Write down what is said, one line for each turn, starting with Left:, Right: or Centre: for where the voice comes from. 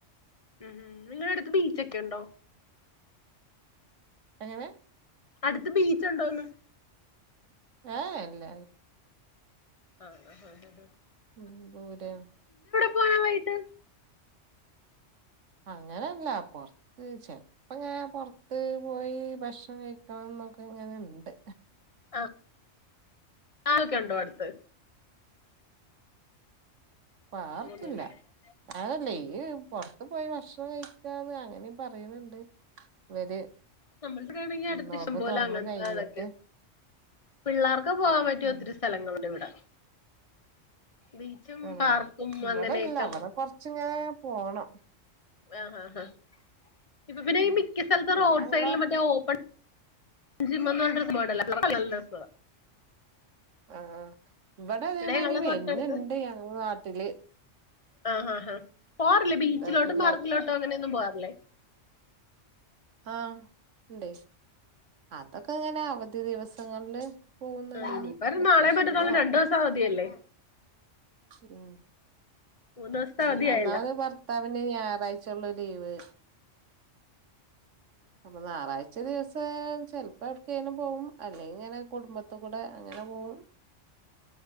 Left: ഉം നിങ്ങള അടുത്ത് ബീച്ചൊക്കെ ഉണ്ടോ?
Right: എങ്ങനെ?
Left: അടുത്ത ബീച്ച് ഉണ്ടോന്ന്?
Right: ആ ഇല്ല.
Left: ആഹ് ആഹ്.
Right: ഉം <unintelligible>
Left: പോണം വൈകീട്ട്
Right: അങ്ങനെയല്ല പുറത്ത് ചെലപ്പോങ്ങ പുറത്ത് പോയി ഭക്ഷണം കഴിക്കണം ക്കെ ഇങ്ങനെ ഉണ്ട്.
Left: ആ <unintelligible> ക്കെ ഉണ്ടോ അടുത്ത്?
Right: പാർക്കില്ല
Left: ഒന്നുമില്ലേ
Right: അതല്ലേ
Left: ഉം
Right: ഈ പുറത്ത് പോയി ഭക്ഷണം കഴിക്കാതെ അങ്ങനെ പറയുന്നുണ്ട് ഇവര്.
Left: നമ്മൾ വേണമെങ്കിൽ അടുത്ത
Right: നോമ്പ്
Left: ഇഷ്ടം പോല
Right: തൊറന്ന്
Left: അങ്ങനത്തെ
Right: കഴിഞ്ഞിട്ട്
Left: ഇതൊക്കെ പിള്ളേർക്ക് പോവാൻ പറ്റിയ
Right: ഉം
Left: ഒത്തിരി സ്ഥലങ്ങളുണ്ട് ഇവിടെ. ബീച്ചും
Right: ആ
Left: പാർക്കും
Right: ഇവിടെ
Left: അങ്ങനെയൊക്കെ
Right: ഇല്ല അവിടെ കൊറച്ചങ്ങ പോണം.
Left: ആഹ് ആ ആ ഇപ്പൊ പിന്നെ
Right: ഉം
Left: ഈ മിക്ക സ്ഥലത്തും
Right: പിന്നെ
Left: റോഡ്
Right: ഞങ്ങള്
Left: സൈഡിൽ മറ്റേ ഓപ്പൺ ജിം <unintelligible>
Right: ആ. ഇവിടെ അതേമാരി
Left: ഞങ്ങളെ
Right: പിന്നെണ്ട്
Left: തൊട്ടടുത്ത്
Right: ഞങ്ങ നാട്ടില്
Left: ആഹ് ഹാ ഹാ പോവാറില്ലേ ബീച്ചിലോട്ടും
Right: ഇതായിട്ടില്ല
Left: പാർക്കിലോട്ടും അങ്ങനെയൊന്നും പോവാറില്ലേ?
Right: ആ ഉണ്ട് അതൊക്കെ എങ്ങനെ അവ ദിവസങ്ങളിൽ പോകുന്നല്ലാതെ
Left: ആഹ് ഇനിയിപ്പ ഒരു
Right: വെക്കേഷൻല്ലോ
Left: നാളെ മറ്റന്നാളും രണ്ടു ദിവസം അവധിയല്ലേ
Right: ഉം
Left: മൂന്ന് ദിവസത്തെ
Right: <unintelligible>
Left: അവധിയായല്ലോ
Right: പിന്നെ ഞായറാഴ്ച ഉള്ള ലീവ് അപ്പൊ ഞായറാ ദിവസം ചിലപ്പോ എവിടക്കേും പോകും അല്ലെ അങ്ങനെ കുടുംബത്ത കൂടെ അങ്ങനെ പോകും.